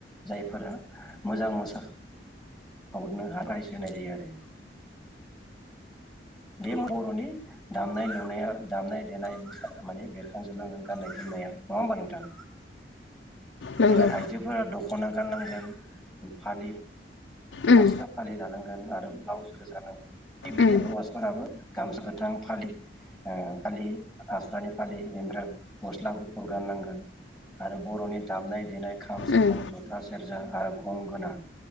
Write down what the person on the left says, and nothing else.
नंगौ
उम
उम
उम